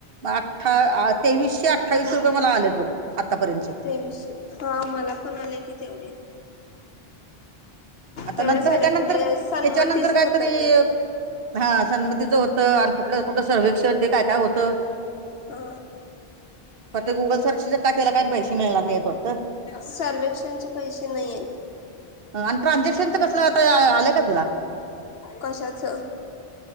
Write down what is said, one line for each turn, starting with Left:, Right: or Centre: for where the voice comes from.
Right: अठठा तेवीसशे आठ. अ्ठवीस रुपये मला आले बघ आत्तापर्यंतचे.
Left: तेवीशे हा मला पण आले की तेवढे.
Right: आता
Left: तेवढेच
Right: नंतर ह्याच्यानंतर
Left: आलेत ते सन्मतीच
Right: ह्याच्यानंतर कायतरी.
Left: होत ते
Right: हा सन्मतीचं होतं आणि कुठलं कुठं सर्वेक्षण ते काय काय होतं.
Left: हा,
Right: तर ते गुगल सर्च टा का त्याला काही पैसे मिळणार नाही वाटत.
Left: सर्वेक्षणचे पैसे नाहीयेत.
Right: आणि ट्रान्झॅक्शनच कसलं आता आलंय का तुला.
Left: कशाच.